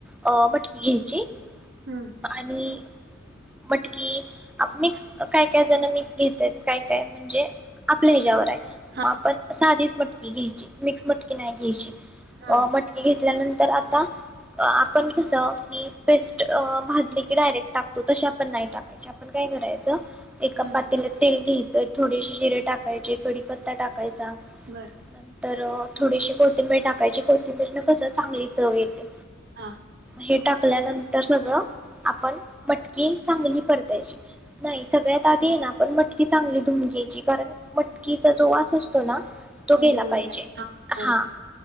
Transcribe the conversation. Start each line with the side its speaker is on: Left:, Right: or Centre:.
Centre: अ मटकी घ्यायची.
Right: हम्म
Centre: आणि मटकी आप मिक्स काय काय जण मिक्स घेतात. काय काय म्हणजे आपल्या ह्याच्यावर हाय. मग
Right: हा
Centre: आपण साधीच मटकी घ्यायची मिक्स मटकी नाय घ्यायची.
Right: हा
Centre: अ मटकी घेतल्यानं तर आता आपण कसं की पेस्ट भाजली की डायरेक्ट टाकतो तशी आपण नाय टाकायची आपण काय करायचं. एका
Right: हम्म
Centre: पातीलात तेल घ्येय त्यात थोडेसे जिरे टाकायचे. कडीपत्ता टाकायचा.
Right: बर
Centre: तर थोडीशी कोथिंबीर टाकायची. कोथिंबीर न कसं चांगली चव येते.
Right: हा
Centre: हे टाकल्यानंतर सगळं आपण मटकी चांगली परतायची नाही सगळ्यात आधी ये ना पण मटकी चांगली धुवून घायची. कारण मटकीचा जो वास असतो ना तो गेला
Right: निघुन
Centre: पाहिजे.
Right: काय <unintelligible>
Centre: हा
Right: बरोबर